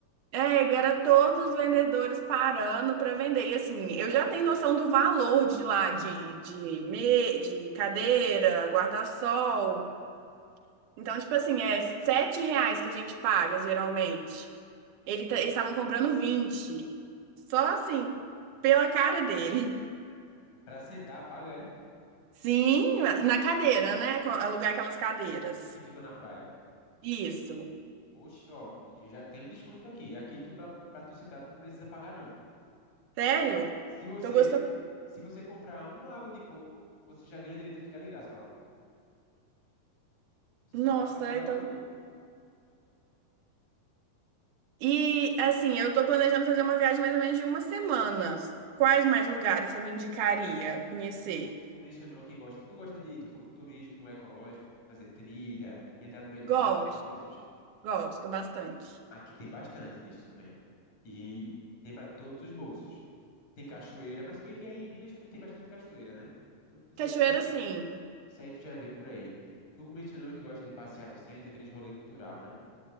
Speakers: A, on the right (about 60°); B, on the left (about 55°).
A: é, era todos os vendedores parando pra vender. E assim, eu já tenho noção do valor de lá, de, de, me, de cadeira, guarda-sol. Então, tipo assim, é sete reais que a gente paga, geralmente. Ele tá- eles estavam comprando 20. Só assim, pela cara dele.
B: Pra sentar, paga, é?
A: <laughs> Sim, na cadeira, né? Co- Alugar aquelas cadeiras.
B: Que ficou na praia.
A: Isso.
B: Oxe, ó, já tem um desconto aqui. Aqui tu, pra, pra tu sentar, tu não precisa pagar, não.
A: Sério?
B: Se você,
A: Tô gostando.
B: se você comprar uma água de coco, você já ganha direito a ficar de graça lá. Você
A: Nossa,
B: só paga pela
A: eu
B: água
A: tô...
B: do coco.
A: E, assim, eu tô planejando fazer uma viagem mais ou menos de uma semana. Quais mais lugares você me indicaria conhecer?
B: Tu, tu mencionou que gosta. Tu gosta de, tipo, turismo ecológico, fazer trilha, entrar no meio do mato,
A: Gosto,
B: essas coisas?
A: gosto bastante.
B: Aqui tem bastante disso também. E, e tem para todos os bolsos. Tem cachoeira, mas se bem que aí em Minas também tem bastante cachoeira, né? Então, isso
A: Cachoeira,
B: aí tu já,
A: sim.
B: isso aí tu já vê por aí. Tu mencionou que gosta de passear no centro, aqueles rolê cultural, né?